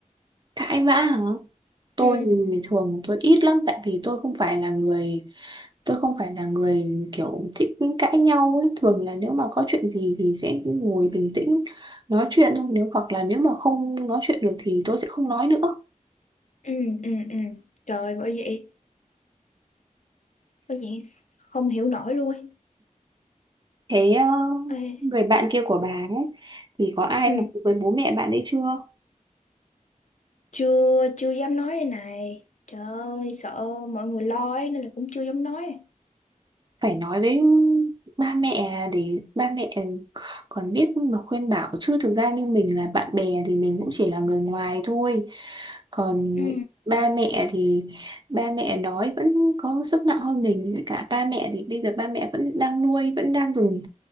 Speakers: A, on the right (about 35°); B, on the left (about 60°).
A: cãi vã hả tôi
B: Ừ,
A: thì thường tôi ít lắm tại vì tôi không phải là người tôi không phải là người kiểu thích cãi nhau ấy. thường là nếu mà có chuyện gì thì sẽ ngồi bình tĩnh nói chuyện thôi nếu hoặc là nếu mà không nói chuyện được thì tôi sẽ không nói nữa
B: ừ, ừ, ừ. Trời bởi vậy, bởi vậy không hiểu nổi luôn ấy.
A: Thế ờ,
B: Ê,
A: người bạn kia của bà ấy thì có ai
B: ừ.
A: nói với bố mẹ bạn ấy chưa?
B: chưa chưa dám nói đây này trời ơi sợ mọi người lo ấy nên là cũng chưa dám nói
A: phải nói với ba mẹ để ba mẹ còn biết mà khuyên bảo chứ thực ra như mình là bạn bè thì mình cũng chỉ là người ngoài thôi còn
B: ừ
A: ba mẹ thì ba mẹ nói vẫn có sức nặng hơn mình với cả ba mẹ thì bây giờ ba mẹ vẫn đang nuôi vẫn đang dùng